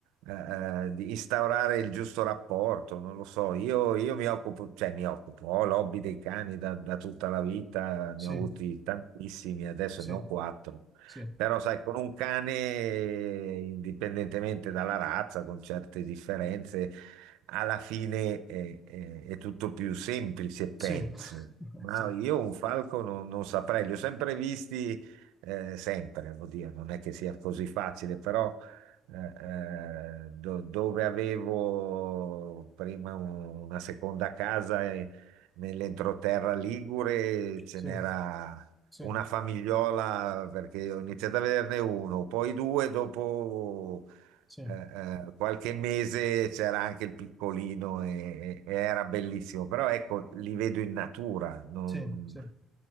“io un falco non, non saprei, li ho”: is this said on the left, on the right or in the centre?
Right